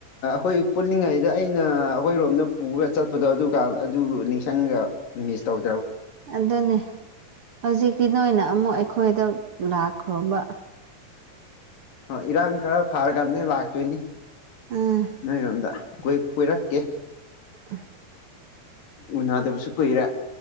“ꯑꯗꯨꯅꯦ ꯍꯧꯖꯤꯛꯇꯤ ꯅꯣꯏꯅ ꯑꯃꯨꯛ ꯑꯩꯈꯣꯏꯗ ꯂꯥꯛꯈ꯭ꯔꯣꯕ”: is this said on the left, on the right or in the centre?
Right